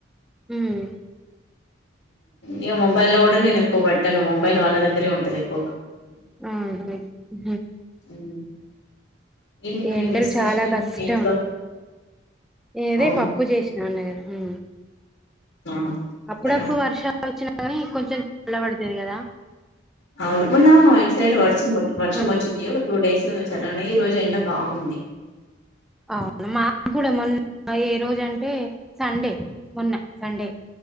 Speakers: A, in the centre; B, on the left (about 75°).
A: ఉమ్,
B: ఇగ మొబైల్ లో కూడా నేను ఎక్కువ పట్టను మొబైల్ వాళ్ళ దగ్గరే ఉంటది ఎక్కువగా
A: ఆవునా ఉ
B: ఉమ్, ఏంటి మరి
A: ఈ ఎండలు
B: ఈరోజు స్పెషల్
A: చాలా
B: ఏంటి
A: కష్టం
B: మీ ఇంట్లో
A: ఏదే
B: అవును
A: పప్పు చేసినాన్నగద ఉ
B: ఆ
A: అప్పుడప్పుడు
B: సరా
A: వర్షాలు వచ్చినా కానీ కొంచెం చల్ల పడుతది కదా
B: అవును మన్నా ఇటు సైడ్ వర్ష వర్షం
A: ఉమ్,
B: వచ్చింది టూ డేస్ చాల ఈ రోజు ఎండ బాగుంది
A: అవును మాకు కూడా మొన్న ఏ రోజు అంటే సండే మొన్న సండే